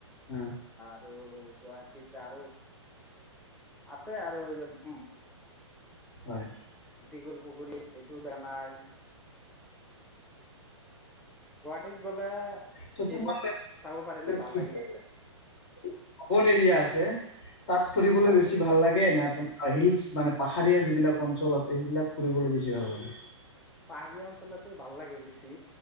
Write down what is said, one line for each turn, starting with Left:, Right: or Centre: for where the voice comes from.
Left: উম',
Centre: ত', গুৱাহাটীত আৰু আছে আৰু <unintelligible>
Left: হয়।
Centre: দীঘল পুখুৰীত হেতু দে নাই। গুৱাহাটীত গ'লে
Left: ত' তোমাৰ
Centre: এইবোৰ চাব পাৰিলে, ভাল
Left: চিটি
Centre: লাগিলেহেঁতেন।
Left: <unintelligible> এৰিয়া আছে? তাত ফুৰিবলৈ
Centre: হয়
Left: বেছি ভাল লাগে, না তোম হিলচ মানে পাহাৰীয়া যিবিলাক অঞ্চল আছে। সেইবিলাক ফুৰিবলে বেছি ভাল লাগে।
Centre: পাহাৰীয়া অঞ্চলতে ভাল লাগে বেছি।